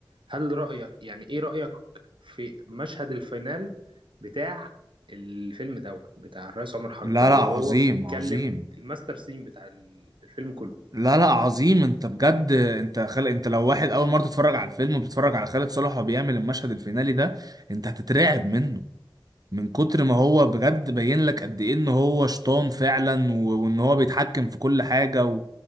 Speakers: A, on the right; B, on the right.
A: هل رايك يعني ايه رايك في مشهد الفينال بتاع الفيلم دوت بتاع الرئيس عمر حرب
B: لا
A: وهو
B: لا عظيم
A: بيتكلم
B: عظيم
A: الماستر سين بتاع ال- الفيلم كله
B: لا لا عظيم انت بجد انت خل... انت لو واحد اول مره تتفرج على الفيلم وبتتفرج على خالد صالح وهو بيعمل المشهد الفينالي ده انت هتترعب منه من كتر ما هو بجد باين لك قد ايه ان هو شيطان فعلا و- وان هو بيتحكم في كل حاجة و...